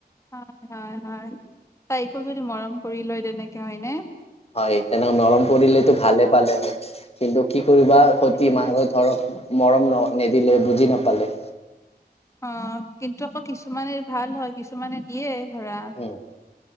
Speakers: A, on the left; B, on the left.
A: হয় হয় হয় তাইকো যদি মৰম কৰি লয় তেনেকে হয় নে-
B: হয় তেনেক নৰম কৰিলেতো ভালে পালে হয়- কিন্তু কি কৰিবা সতি
A: সেইটোৱে
B: মাহহে ধৰক মৰম ন নিদিলে বুজি নাপালে-
A: অ কিন্তু আকৌ কিছুমানে ভাল হয় কিছুমানে- সিয়ে ধৰা
B: উম